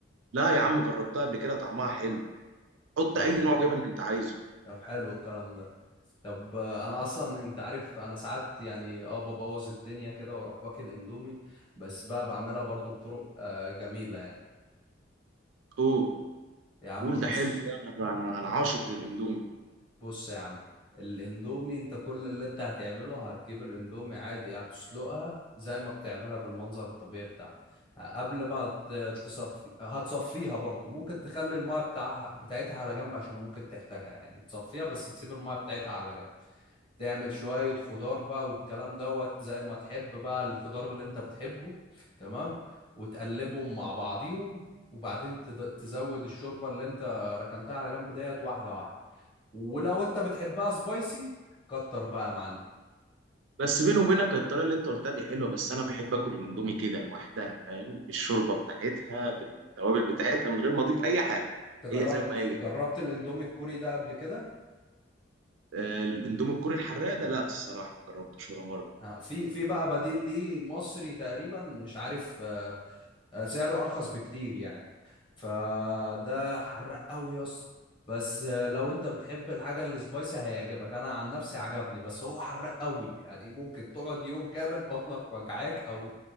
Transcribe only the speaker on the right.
لا يا عم جربتها قبل كده طعمها حلو حط
اي نوع جبن انت عايزه
قول
قول
ده حلو ده انا انا انا عاشق للاندومي
بس بيني وبينك الطريقه اللي انت قلتها دي حلوه بس انا بحب اكل الاندومي كده لوحدها فاهم بالشوربه بتاعتها بالتوابل بتاعتها من غير ما اضيف اي حاجه
هي
زي ما هي
آه، الاندومي الكوري الحراق ده لا الصراحه ما جربتوش ولا مره